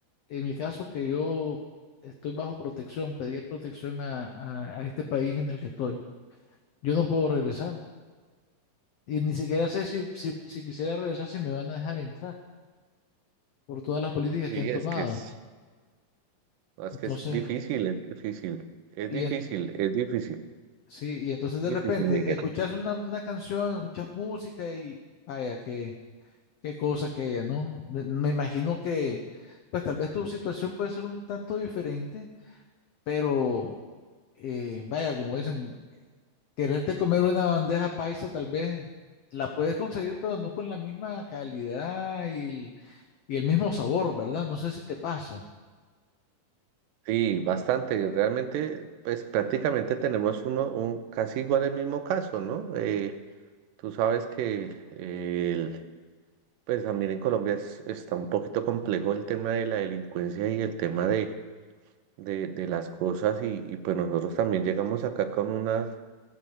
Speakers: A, on the left; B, on the right.
A: En mi caso que yo estoy bajo protección, pedí protección a, a- a este país en el que estoy, yo no puedo regresar y ni siquiera sé si, si si quisiera regresar si me van a dejar entrar por todas las políticas
B: sí,
A: que han tomado.
B: es que es. No, es
A: Entonces,
B: que es difícil, es difícil, es
A: Y,
B: difícil,
A: en-
B: es difícil,
A: sí, y entonces
B: es
A: de
B: difícil,
A: repente
B: Miguel.
A: escuchas una, una canción, escuchas música y vaya, qué, qué cosa que ella, ¿no? Me, me imagino que, pues tal vez tu situación puede ser un tanto diferente, pero eh, vaya, como dicen, quererte comer una bandeja paisa tal vez la puedes conseguir, pero no con la misma calidad y el, y el mismo sabor, ¿verdad? No sé si te pasa.
B: Sí, bastante. Realmente, pues prácticamente tenemos uno, un casi igual el mismo caso, ¿no? Eh, tú sabes que eh, el, pues también en Colombia es- está un poquito complejo el tema de la delincuencia y el tema de, de, de las cosas y, y pues nosotros también llegamos acá con una,